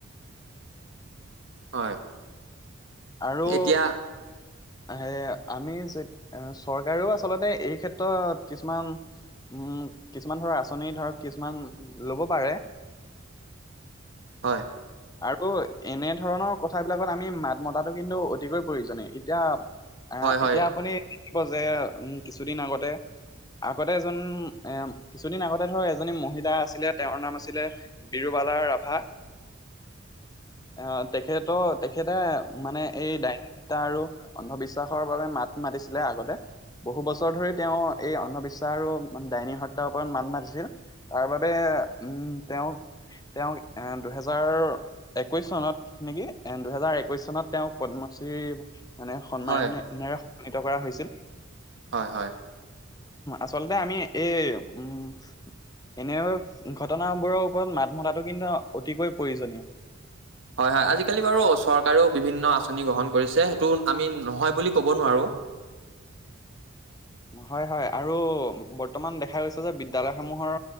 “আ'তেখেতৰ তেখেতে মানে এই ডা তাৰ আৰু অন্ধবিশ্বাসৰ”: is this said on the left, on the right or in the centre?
Left